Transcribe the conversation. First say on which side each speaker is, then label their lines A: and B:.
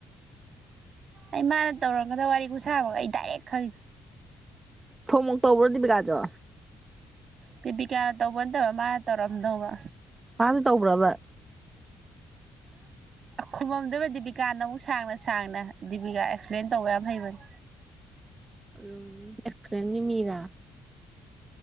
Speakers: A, on the right; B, on the right.
A: ꯑꯩ ꯃꯥꯅ ꯇꯧꯔꯝꯒꯗ ꯋꯥꯔꯤꯒ ꯁꯥꯕꯒ ꯑꯩ ꯗꯥꯏꯔꯦꯛ ꯈꯜꯂꯤ
B: ꯊꯣꯡꯃꯨ ꯇꯧꯕ꯭ꯔꯣꯗꯤꯕꯤꯀꯥꯖꯣ
A: ꯇꯤꯄꯤ ꯀꯥꯌꯥꯅ ꯇꯧꯕ ꯅꯠꯇꯕ ꯃꯥꯅ ꯇꯧꯔꯝꯗꯧꯕ
B: ꯃꯥꯁꯨ ꯇꯥꯎꯕ꯭ꯔꯕ
A: ꯈꯨꯃꯝꯗꯨꯗ ꯗꯤꯕꯤꯀꯥ ꯅ ꯑꯃꯨꯛ ꯁꯥꯡꯅ ꯁꯥꯡꯅ ꯗꯤꯕꯤꯀꯥ ꯑꯦꯛꯁꯄ꯭ꯂꯦꯟ ꯇꯧꯕ ꯌꯥꯝ ꯍꯩꯕꯅꯤ
B: ꯎ ꯑꯦꯈ꯭ꯔ ꯃꯔꯥ